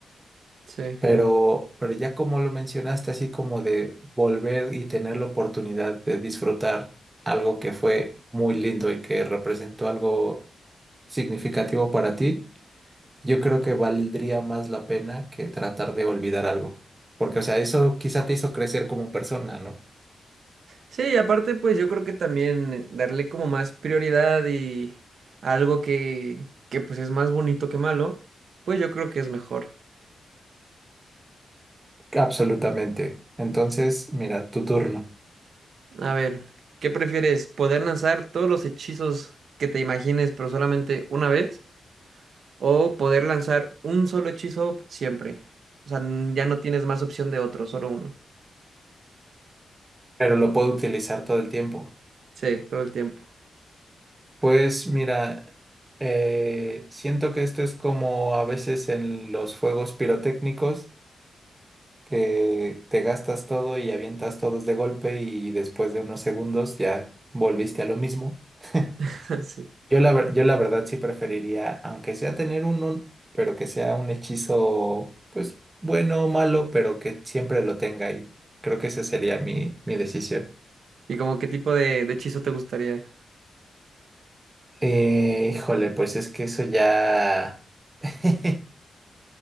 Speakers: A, on the right (about 60°); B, on the right (about 15°).
A: Sí.
B: Pero, pero ya como lo mencionaste, así como de volver y tener la oportunidad de disfrutar algo que fue muy lindo y que representó algo significativo para ti, yo creo que valdría más la pena que tratar de olvidar algo. Porque, o sea, eso quizá te hizo crecer como persona, ¿no?
A: Sí, y aparte, pues yo creo que también darle como más prioridad y algo que, que pues es más bonito que malo, pues yo creo que es mejor.
B: Absolutamente. Entonces, mira, tu turno.
A: A ver, ¿qué prefieres? ¿Poder lanzar todos los hechizos que te imagines, pero solamente una vez? ¿O poder lanzar un solo hechizo siempre? O sea, n- ya no tienes más opción de otro, solo uno.
B: Pero lo puedo utilizar todo el tiempo.
A: Sí, todo el tiempo.
B: Pues mira, eh, siento que esto es como a veces en los fuegos pirotécnicos, que te gastas todo y avientas todos de golpe y después de unos segundos ya volviste a lo mismo. <laughs>
A: <laughs> Sí.
B: Yo la, ver- yo la verdad sí preferiría, aunque sea tener uno, pero que sea un hechizo, pues bueno o malo, pero que siempre lo tenga ahí. Creo que esa sería mi, mi decisión.
A: ¿Y como qué tipo de, de hechizo te gustaría?
B: Eh, híjole, pues es que eso ya... <laughs>